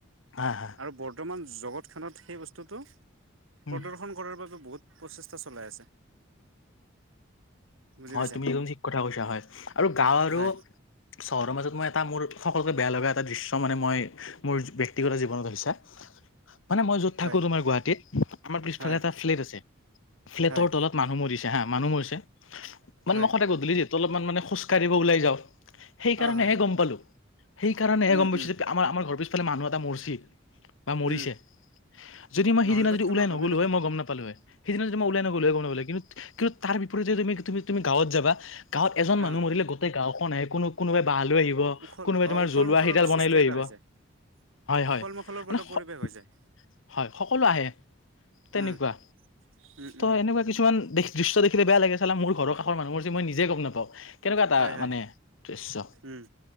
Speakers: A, on the left; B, on the right.
A: হা, হা।
B: আৰু বৰ্তমান জগতখনত সেই বস্তুটো প্ৰদৰ্শন
A: উম
B: কৰাৰ বাবে বহুত প্ৰচেষ্টা চলাই আছে। বুজি
A: হয়,
B: পাইছা
A: তুমি একদম ঠিক কথা কৈছা হয়, আৰু গাওঁ আৰু
B: হয়
A: চহৰৰ মাজত মই এটা মোৰ সকলোকে বেয়া লগা এটা দৃশ্য মানে মই মোৰ ব্যক্তিগত জীৱনত হৈছে। মানে মই য'ত
B: হয়
A: থাকো তোমাৰ গুৱাহাটীত আমাৰ পিছফালে
B: হয়
A: এটা ফ্লেট আছে। ফ্লেটৰ
B: হয়
A: তলত মানুহ মৰিছে হা মানুহ মৰিছে। মানে
B: হয়
A: মই সদায় গধূলি যিহেতু অলপমান মানে খোজকাঢ়িব ওলাই যাওঁ, সেইকাৰণেহে
B: অ হয়
A: গম পালো। সেইকাৰণে
B: উম
A: গম পাইছো
B: উম
A: যে আমাৰ আমাৰ ঘৰ পিছফালে মানুহ এটা মৰছি বা মৰিছে।
B: উম,
A: যদি মই
B: নহ'লেবাতো
A: সিদিনা যদি
B: তোমাৰ
A: উলাই
B: গমেই
A: নগ'লো
B: নাপায়
A: হয় মই গম নাপালো হয় সেইদিনা যদি মই ওলাই নগ'লোঁ হয় গম নাপালো হয়। কিন্তু কিন্তু তাৰ বিপৰীতে তুমি তুমি তুমি গাঁৱত যাবা গাঁৱত এজন মানুহ
B: অ',
A: মৰিলে গো গোটেই গাঁওখন আহে কোনো কোনোবাই বাঁহ লৈ আহিব
B: উখল
A: কোনোবাই
B: অ',
A: তোমাৰ
B: উখল
A: জ্বলোৱা
B: মাখলৰ
A: সেইডাল
B: সৃষ্টি
A: বনাই লৈ
B: এটা
A: আহিব।
B: হৈ যায়।
A: হয়, হয়,
B: উখল মাখলৰ পৰা
A: মানে
B: পৰিৱেশ
A: সক
B: হৈ যায়
A: হয় সকলো আহে। তেনেকুৱা,
B: উম, উম, উম,
A: ত' এনেকুৱা কিছুমান দৃশ্য দেখিলে বেয়া লাগে চালা মোৰ ঘৰৰ কাষৰ মানুহৰ মৰচি মই নিজে গম নাপাওঁ। কেনেকুৱা এটা
B: হয়, হয়
A: মানে দৃশ্য
B: উম,